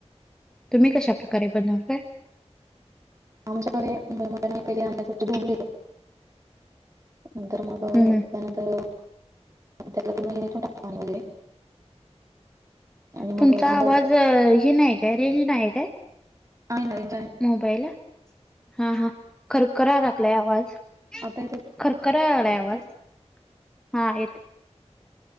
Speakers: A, in the centre; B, on the right.
A: तुम्ही कशाप्रकारे बनवत्याय?
B: आमच्याकडे मोमत आणि पहिले आपल्या स्वच्छ धूवून घेतो आणि नंतर मग. अ
A: हम्म
B: त्यानंतर त्यातल्यातुन ही निथुन टाकतो पाणी वगैरे. आणि
A: तुमचा
B: मग कांदा
A: आवाज हे नाही काय रेंज नाही आहे काय?
B: आणि नवीन काय?
A: मोबाईल हा हा खरखराय लागलाय आवाज?
B: आता येतोय
A: खरखराय लागल्या आवाज
B: का?
A: हा येतो.